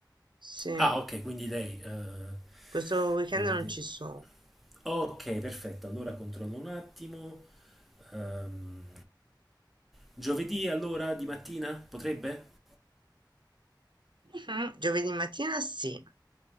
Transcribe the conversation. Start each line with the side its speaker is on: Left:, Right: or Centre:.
Right: Sì,
Centre: Ah, ok, quindi lei... eh,
Right: questo weekend
Centre: devo
Right: non
Centre: vedere.
Right: ci sono.
Centre: Ok, perfetto. Allora controllo un attimo. Ehm, giovedì allora di mattina potrebbe?
Right: Mhm, Giovedì mattina sì,